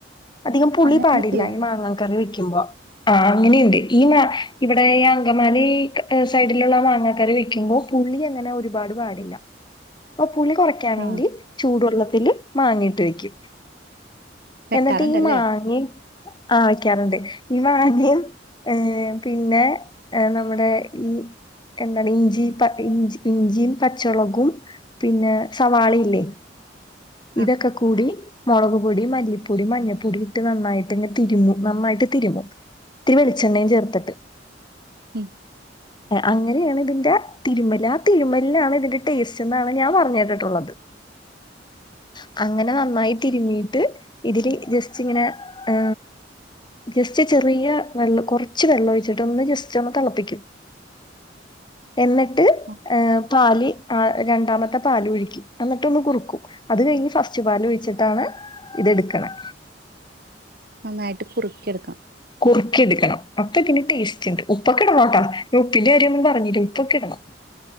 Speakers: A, on the left; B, on the right.
A: അധികം പുളി
B: അങ്ങനെ
A: പാടില്ല
B: ചെയ്യും
A: ഈ മാങ്ങാൻ കറി വെക്കുമ്പോ ആഹ അങ്ങനെയുണ്ട്. ഈ ഇവിടെ ഈ അങ്കമാലി സൈഡിലുള്ള മാങ്ങക്കറി വെക്കുമ്പോൾ പുളി അങ്ങനെ ഒരുപാട് പാ ടില്ല അപ്പൊ പുളി കുറയ്ക്കാൻ വേണ്ടി
B: ആഹ്
A: ചൂടുവെള്ളത്തിൽ മാങ്ങയിട്ട് വെക്കും.
B: വെക്കാറുണ്ടല്ലേ
A: എന്നിട്ട് ഈ മാങ്ങയും ആ വയ്ക്കാറുണ്ട് ഈ മാങ്ങയും. ഏ പിന്നെ നമ്മുടെ ഈ എന്താണ് ഇഞ്ചി ഇഞ്ച് ഇഞ്ചിയും പച്ചളകും പിന്നെ സവാളിയില്ലേ
B: ആഹ്
A: ഇതൊക്കെ കൂടി മുളക്പൊടി മല്ലിപ്പൊടി മഞ്ഞൾപ്പൊടി ഇട്ട് നന്നായിട്ട്ങ്ങ് തിരുമ്പും നന്നായിട്ട് തിരുമ്പും ഇത്തിരി വെളി ച്ചെണ്ണയും ചേർത്തിട്ട്.
B: ഉം
A: അങ്ങനെയാണ് ഇതിന്റെ തിരുമൽ ആ തിരുമലിനാണ് ഇതിന്റെ ടേസ്റ്റ് എന്നാണ് ഞാൻ പറഞ്ഞേട്ടുട്ടുള്ളത് <inaudible> അങ്ങനെ നന്നായി തിരുമീട്ട് ഇതില് ജസ്റ്റ് ഇങ്ങനെ ഏ ജസ്റ്റ് ചെറിയ വെള്ളം കുറച്ച് വെള്ളം ഒഴിച്ചിട്ട ഒന്ന് ജസ്റ്റ് ഒന്ന് തിളപ്പിക്കും എന്നിട്ട്
B: ഓക്കെ
A: പാല് രണ്ടാമത്തെ പാല് ഒഴിക്കും എന്നിട്ടൊന്ന് കുറുക്കും അത് കഴിഞ്ഞ് ഫസ്റ്റ് പാൽ ഒഴിച്ചിട്ടാണ് ഇതെടുക്കണേ
B: നന്നായിട്ട് കുറുക്കിയെടുക്കാം
A: കുർ ക്കിയെടുക്കണം അപ്പ ഇതിന് ടേസ്റ്റ് ഇണ്ട് ഉപ്പക്കെടണട്ടോ ഞാൻ ഉപ്പിന്റെ കാര്യൊന്നും പറഞ്ഞില്ലാ ഉപ്പക്കെ ഇടണം